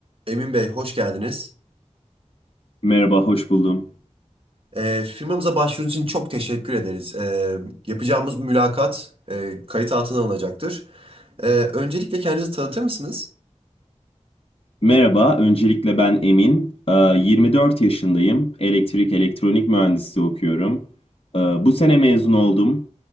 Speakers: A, on the right (about 50°); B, on the left (about 50°).
A: Emin Bey, hoş geldiniz.
B: Merhaba, hoş buldum.
A: Ee, firmamıza başvurunuz için çok teşekkür ederiz. Ee, yapacağımız mülakat e, kayıt altına alınacaktır. Ee, öncelikle kendinizi tanıtır mısınız?
B: Merhaba, öncelikle ben Emin. Ee, 24 yaşındayım. Elektrik elektronik mühendisliği okuyorum. Ee, Bu sene mezun oldum.